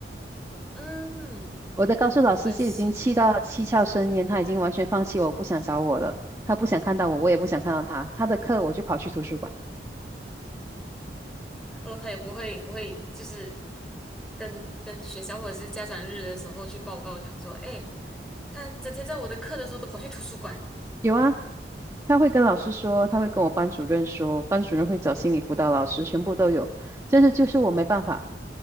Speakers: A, in the centre; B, on the right.
A: 嗯，
B: 我的高数老师就已经气到七窍生烟，
A: 我也是。
B: 他已经完全放弃我，不想找我了。他不想看到我，我也不想看到他。他的课我就跑去图书馆。
A: 然后他也不会不会，就是跟跟学校或者是家长日的时候去报告讲说，哎，他整天在我的课的时候都跑去图书馆。
B: 有啊，他会跟老师说，他会跟我班主任说，班主任会找心理辅导老师，全部都有。但是就是我没办法，